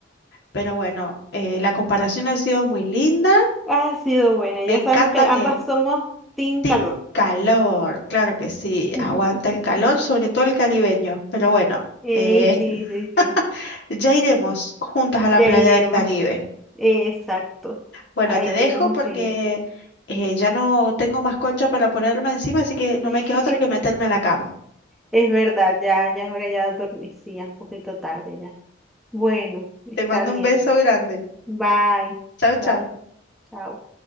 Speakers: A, on the left; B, in the centre.
A: pero bueno, eh, la comparación ha sido muy linda.
B: Ha sido buena,
A: Me
B: ya
A: encanta
B: sabemos que ambas
A: que
B: somos team
A: Team
B: calor.
A: Calor, claro que sí,
B: <laughs>
A: aguanta el calor, sobre todo el caribeño, pero bueno,
B: Ey,
A: eh,
B: sí, sí, sí,
A: <laughs> ya iremos juntas a la
B: ya
A: playa
B: iremos.
A: del Caribe.
B: Exacto,
A: Bueno,
B: ahí
A: te dejo
B: tenemos
A: porque
B: que ir.
A: eh, ya no tengo más colcha para ponerme encima, así que no
B: <laughs>
A: me queda otra que meterme a la cama.
B: Es verdad, ya, ya es hora ya de dormir, sí, ya es un poquito tarde ya. Bueno, está
A: Te mando
B: bien.
A: un beso grande.
B: Bye,
A: Chao,
B: bye,
A: chao.
B: chao.